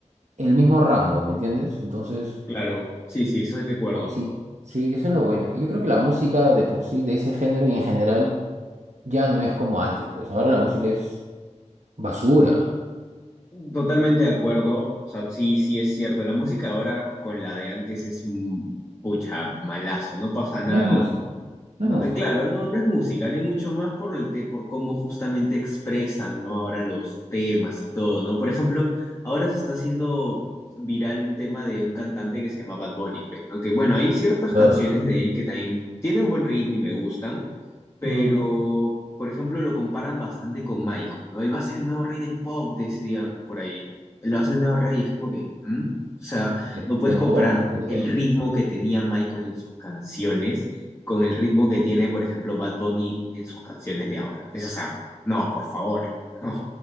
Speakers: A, on the right (about 70°); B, on the left (about 25°).
A: el mismo rango, ¿me entiendes? Entonces
B: Claro, sí, sí, eso sí recuerdo.
A: Oye, Sí, sí, eso es lo bueno. Y Yo creo que la música de por sí, de ese género y en general, ya no es como antes. Pues ahora la música es basura.
B: Totalmente de acuerdo, o sea, sí, sí es cierto, la música ahora con la de antes es, mm, pucha, malazo, no pasa nada
A: No es música,
B: No,
A: no es música.
B: eh, claro, no, no es música, ni mucho más por el te- por cómo justamente expresan, ¿no? Ahora los temas y todo, ¿no? Por ejemplo, ahora se está haciendo viral un tema de un cantante que se llama Bad Bunny, pues, ¿no? Que bueno, hay ciertas canciones
A: Ah.
B: de él que también tienen buen ritmo y me gustan, pero
A: Ujú.
B: por ejemplo lo comparan bastante con Michael, ¿no? Él va a ser el nuevo rey del pop, decían por ahí. Él va a ser el nuevo rey y es como que, ¿mm? O sea,
A: De-
B: no puedes
A: Del
B: comparar
A: pop, no creo.
B: el ritmo que tenía Michael en sus canciones con el ritmo que tiene, por ejemplo, Bad Bunny en sus canciones de ahora. Pues, o sea, no, por favor, <laughs> no,